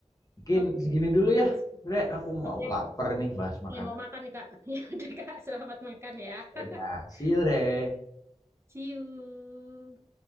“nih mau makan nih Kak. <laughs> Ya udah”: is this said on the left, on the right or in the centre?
Right